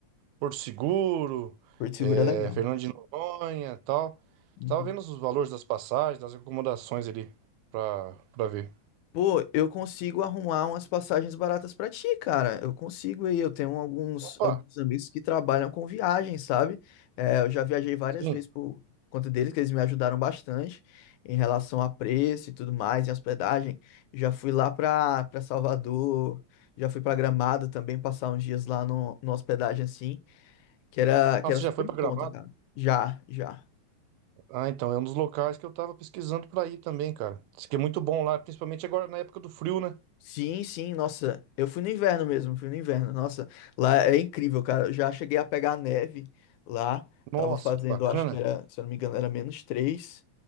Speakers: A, on the right; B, on the left.
A: Porto Seguro,
B: Porto Seguro
A: eh,
B: é legal.
A: Fernando de Noronha, e tal.
B: Uhum.
A: Tava vendo os valores das passagens, das acomodações ali, pra, pra ver.
B: Pô, eu consigo arrumar umas passagens baratas pra ti, cara. Eu consigo aí. Eu tenho alguns,
A: Opa,
B: alguns amigos que trabalham com viagem, sabe? É, eu já viajei várias
A: sim.
B: vezes por conta deles, que eles me ajudaram bastante em relação a preço e tudo mais, em hospedagem. Já fui lá pra, pra Salvador, já fui pra Gramado também, passar uns dias lá no, no hospedagem assim, que era, que
A: Nossa,
B: era
A: você
B: super
A: já foi pra
B: em conta,
A: Gramado?
B: cara. Já, já.
A: Ah, então, é um dos locais que eu tava pesquisando pra ir também, cara. Diz que é muito bom lá, principalmente agora na época do frio, né?
B: Sim, sim, nossa, eu fui no inverno mesmo, fui no inverno, nossa, lá é incrível, cara, eu já cheguei a pegar neve lá,
A: Nossa,
B: tava fazendo,
A: que bacana.
B: acho que era, se eu não me engano, era menos 3